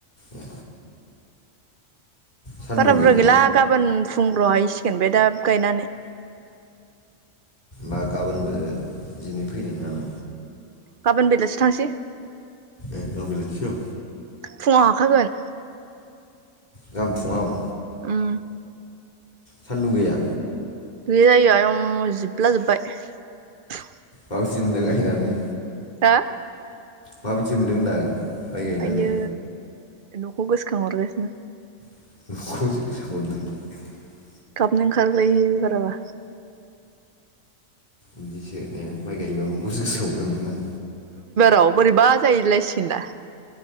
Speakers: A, on the left (about 30°); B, on the right (about 50°).
A: ए सान्दुं
B: बारा बुरजा
A: गैया
B: गैला गाबोन फुंब्र'हायैसिगोन बे दा गायनानै
A: बा गाबोनबो दिनै फैनाय नाम
B: गाबोन बेलासो थांसै
A: ए औ बेलासियाव
B: फुङाव हाखागोन
A: गाबोन फुङाव
B: उम
A: सान्दुं गैया
B: गोया जाय आयं जोबला जोब्बायबाय
A: बावसि मोनदों गाहैनानै
B: हो
A: माबायदि मोनदों होनदां माइ गायनानै
B: आयै न'खौ गोसोखांहरगासिनो
A: <unintelligible>
B: गाबनो ओंखारलायो बाराबा
A: बिदिसो ने माइ गायोबा न'खौसो गोसो हरो नोंहा
B: आव बोरैबा जायोलाय सिगोना।